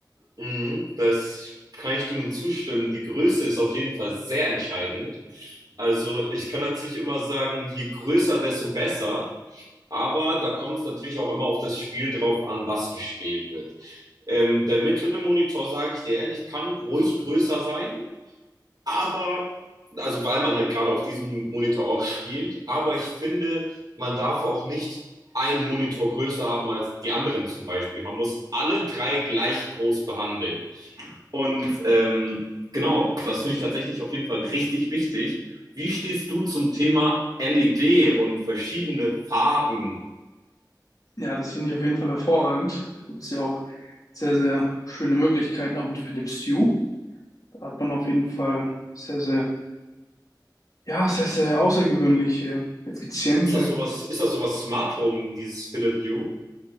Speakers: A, on the right; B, on the left.
A: Mhm, das kann ich dir nur zustimmen. Die Größe ist auf jeden Fall sehr entscheidend. Also ich kann natürlich immer sagen, je größer, desto besser. Aber da kommt es natürlich auch immer auf das Spiel drauf an, was gespielt wird. Ähm, der mittlere Monitor, sage ich dir ehrlich, kann ruhig größer sein, aber, also weil man halt gerade auf diesem Monitor auch spielt, aber ich finde, man darf auch nicht einen Monitor größer haben als die anderen zum Beispiel. Man muss alle drei gleich groß behandeln. Und ähm, genau, das finde ich tatsächlich auf jeden Fall richtig wichtig. Wie stehst du zum Thema LED und verschiedene Farben?
B: Ja, das finde ich auf jeden Fall hervorragend. Da gibt es ja auch sehr, sehr schöne Möglichkeiten, auch mit Philips Hue. Da hat man auf jeden Fall sehr, sehr, ja, sehr, sehr außergewöhnliche, effiziente
A: Ist das sowas, ist das sowas Smart Home, dieses Philips Hue?